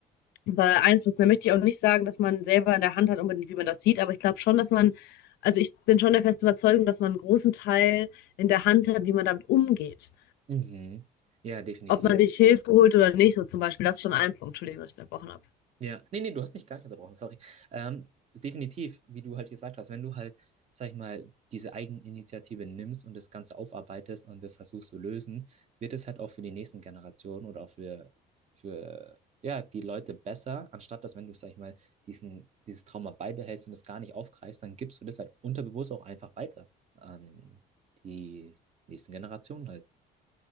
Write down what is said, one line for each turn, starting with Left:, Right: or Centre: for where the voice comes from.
Left: beeinflussen. Da möchte ich auch nicht sagen, dass man selber in der Hand hat, unbedingt, wie man das sieht, aber ich glaube schon, dass man, also ich bin schon der festen Überzeugung, dass man einen großen Teil in der Hand hat, wie man damit umgeht.
Right: Mhm. Ja, definitiv.
Left: Ob man sich Hilfe holt oder nicht, so zum Beispiel, das ist schon ein Punkt, Entschuldigung, dass ich unterbrochen habe.
Right: Ja, nee, nee, du hast mich gar nicht unterbrochen, sorry. Ähm, definitiv, wie du halt gesagt hast, wenn du halt, sag ich mal, diese Eigeninitiative nimmst und das Ganze aufarbeitest und das versuchst zu lösen, wird es halt auch für die nächsten Generationen oder auch für, für ja, die Leute besser, anstatt dass, wenn du, sag ich mal, diesen, dieses Trauma beibehältst und es gar nicht aufgreifst, dann gibst du das halt unterbewusst auch einfach weiter an die nächsten Generationen halt.